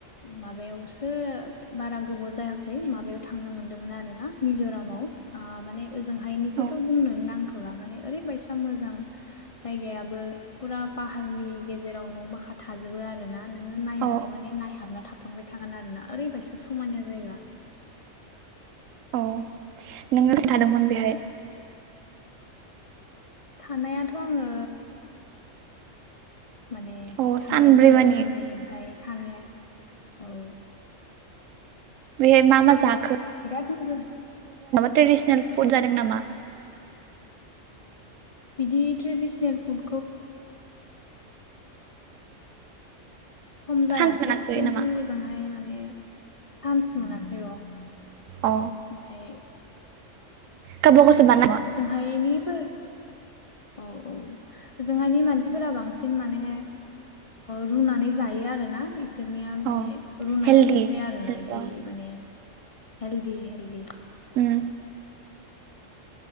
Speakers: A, on the left (about 40°); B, on the right (about 85°).
A: माबायावसो बारा गोबाव जायाखै माबायाव थांनो मोन्दोंमोन आरो ना मिज'रामाव ओ माने ओजोंहायनिखौथ'
B: औ
A: बुंनोनो नांख <unintelligible> ओरैबायसा मोजां जायगायाबो फुरा पाहारनि गेजेराव न' माखा थाजोबो आरो ना। नोङो नायनानै
B: औ
A: माने नायहाबना थाब थांबाय थागोन आरोना ओरैबायसा समायना जायगा।
B: अ नोङो खिन्थादोंमोन बेहाय
A: थानायाथ' आङो माने
B: औ
A: थांलाय
B: सानब्रै
A: फैलाय
B: मानि
A: साननै ओमफाय थानाया औ।
B: बैहाय मा-मा जाख
A: बिराद <unintelligible>
B: ट्रेडिसनेल फुड जादों नामा?
A: बिदि ट्रेडिसनेल खम जायासै
B: चान्स मोनासै
A: खिन्थु
B: नामा
A: ओजोंहाय माने <inaudible> ओमफाय
B: अ गावबा गावसो बानायदों नामा
A: ओजोंहायनिबो औ औ ओजोंहायनि मानसिफोरा बांसिन माने रुनानै जायो आरो ना एसे बिसोरनिया माने
B: अ
A: रुनायानोसै
B: हेलदि
A: आरो
B: हेलदि
A: ना इदि
B: अ
A: माने हेलदि हेल्दि
B: उम